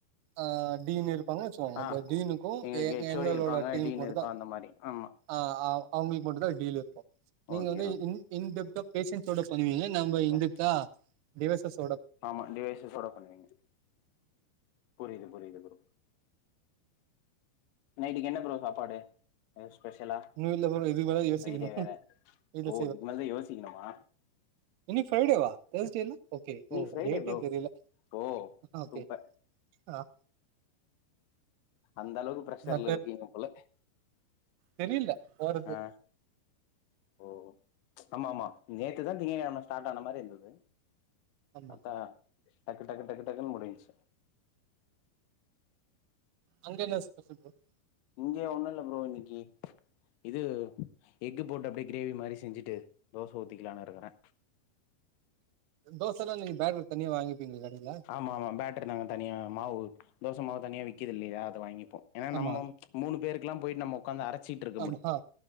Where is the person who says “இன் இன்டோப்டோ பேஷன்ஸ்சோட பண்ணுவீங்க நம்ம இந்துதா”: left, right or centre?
Right